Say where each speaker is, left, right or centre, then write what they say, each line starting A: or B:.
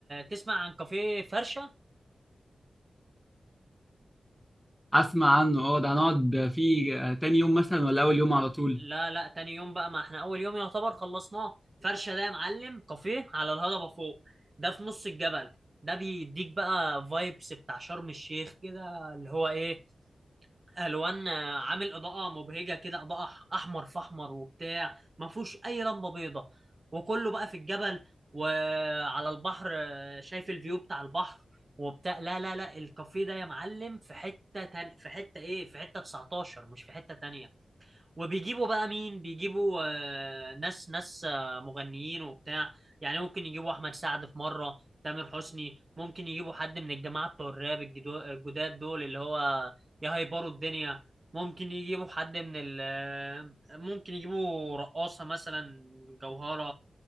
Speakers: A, on the right; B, in the centre.
A: تسمع عن كافيه فرشة
B: اسمع عنه اه ده هنقعد فيه آه، تاني يوم مثلا ولا اول يوم على طول
A: لا لا تاني يوم بقى ما احنا اول يوم يعتبر خلصناه فرشه ده يا معلم كافيه على الهضبه فوق ده في نص الجبل ده بيديك بقى فايبس بتاع شرم الشيخ كده اللي هو ايه الوان آه، عامل اضاءه مبهجه كده اضاءه أح- احمر في احمر وبتاع ما فيهوش اي لمبه بيضه وكله بقى في الجبل وعلى البحر آه، شايف الفيو بتاع البحر وبتاع لا لا لا الكافيه ده يا معلم في حته تان... في حته ايه في حته 19 مش في حته تانية وبيجيبوا بقى مين بيجيبوا آه، ناس ناس آه، مغنيين وبتاع يعني ممكن يجيبوا احمد سعد في مره تامر حسني ممكن يجيبوا حد من الجماعه بتوع الراب الجدو- الجداد دول اللي هو يهيبروا الدنيا ممكن يجيبوا حد من ال آه، ممكن يجيبوا رقاصه مثلا جوهره